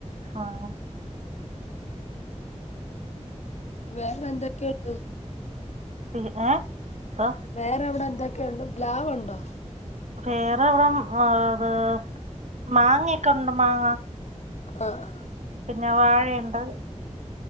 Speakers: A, on the right; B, on the left.
A: ആഹ്.
B: വേറെ എന്തൊക്കെയുണ്ട്
A: പി ഏഹ് ഇപ്പൊ
B: വേറെ അവടെ എന്തൊക്കെയുണ്ട് പ്ലാവുണ്ടോ
A: വേറെവിടെ ഇത് മാങ്ങ ക്കെണ്ട് മാങ്ങ
B: ആഹ് ആഹ്
A: പിന്നെ വാഴ യിണ്ട്